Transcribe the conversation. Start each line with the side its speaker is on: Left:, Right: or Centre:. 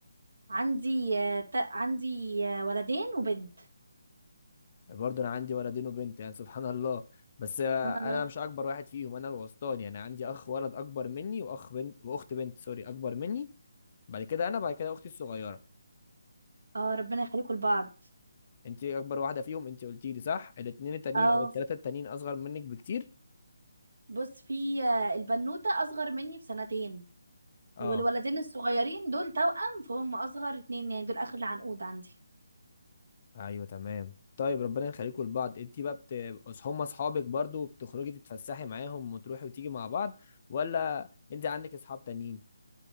Right: عندي آه، تا- عندي آه، ولدين وبنت
Left: برضه انا عندي ولدين وبنت يعني سبحان الله بس اه
Right: سبحان
Left: انا
Right: الله
Left: مش اكبر واحد فيهم انا الوسطاني يعني عندي اخ ولد اكبر مني واخ بنت واخت بنت سوري اكبر مني بعد كده انا بعد كده اختي الصغيرة
Right: اه ربنا يخليكم لبعض
Left: انت اكبر واحدة فيهم انت قلتيلي صح الاتنين التانيين
Right: اه
Left: او التلاتة التانيين اصغر منك بكتير
Right: بص في آه، البنوتة اصغر مني بسنتين
Left: اه
Right: والولدين الصغيرين دول توأم فهم اصغر اتنين يعني دول اخر العنقود عندي
Left: ايوه تمام طيب ربنا يخليكم لبعض انت بقى بت... أص- هم اصحابك برضو بتخرجي تتفسحي معاهم وتروحي وتيجي مع بعض ولا انت عندك اصحاب تانيين